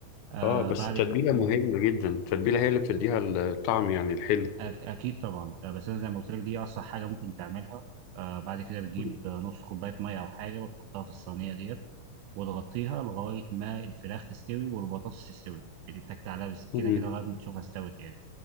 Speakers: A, on the right; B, on the left.
A: آه
B: اه بس
A: بعد
B: التتبيلة
A: ك- م،
B: مهمة جدا التتبيلة هي اللي بتديها الطعم يعني الحلو
A: أك- اكيد طبعا آه بس انا زي ما قلت لك دي اصح حاجه ممكن تعملها آه بعد كده بتجيب
B: مم.
A: آه، نص كوبايه ميه او حاجه وتحطها في الصينيه ديت وتغطيها لغايه ما الفراخ تستوي والبطاطس تستوي يعني تتك عليها بالسكينه
B: مم.
A: كده لغايه ما تشوفها استوت يعني